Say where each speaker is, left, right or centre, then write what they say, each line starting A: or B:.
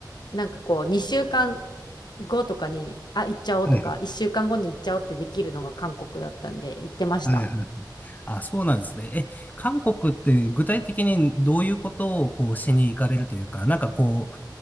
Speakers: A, on the left (about 65°); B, on the left (about 20°).
A: なんかこう、2週間後とかに、あ、行っちゃおうとか、
B: はい
A: 1週間後に行っちゃおうってできるのが韓国だったんで、行ってました。
B: はいはいあ、そうなんですね。え、韓国って具体的にどういうことをこうしに行かれるというか、なんかこ